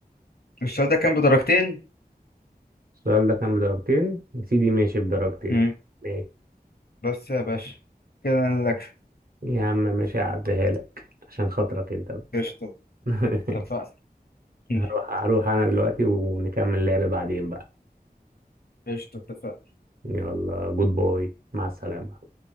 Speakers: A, on the left; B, on the right.
A: السؤال ده كان بدرجتين
B: السؤال ده كان بدرجتين يا سيدي ماشي بدرجتين
A: مم.
B: ماشي
A: بس يا باشا كده انا لك
B: يا عم ماشي هعديها لك عشان خاطرك انت بقى
A: قشطة
B: <laughs>
A: اتفقنا <laughs>
B: هروح هروح انا دلوقتي ونكمل لعب بعدين بقى
A: قشطة اتفقنا
B: يلا جود باي مع السلامة